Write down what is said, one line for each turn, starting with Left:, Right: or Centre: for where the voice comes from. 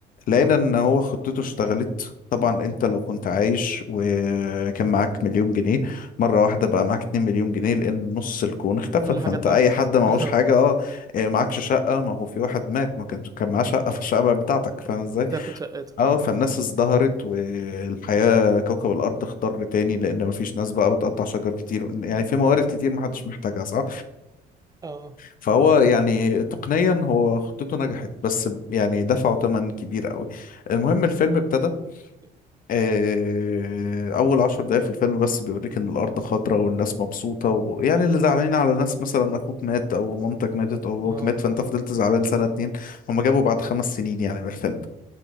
Left: لقينا
Right: اه
Left: ان هو خطته اشتغلت طبعا انت لو كنت عايش وكان معاك مليون جنيه مره واحده بقى معاك 2 مليون جنيه لان نص الكون اختفى
Right: كل
Left: فانت
Right: حاجة اتضاعفت
Left: اي حد معهوش
Right: <laughs> اه
Left: حاجه اه آه، معكش شقه ما هو في واحد مات ما كانش كان معاه شقه فالشقه بقت بتاعتك فاهم ازاي
Right: تاخد شقته
Left: اه فالناس
Right: اه
Left: ازدهرت والحياة كوكب الأرض اخضر تاني لأن مفيش ناس بقى بتقطع شجر كتير يعني في موارد كتير محدش محتاجها صح؟
Right: اه
Left: فهو يعني تقنيا هو خطته نجحت بس يعني دفعوا تمن كبير قوي المهم الفيلم ابتدى
Right: <laughs>
Left: آه، أول عشر دقايق في الفيلم بس بيوريك إن الأرض خضراء والناس مبسوطة ويعني اللي زعلانين على ناس مثلا أخوك مات أو مامتك ماتت أو أبوك
Right: اه
Left: مات فأنت فضلت زعلان سنة اتنين هما جابوا بعد خمس سنين يعني من الفيلم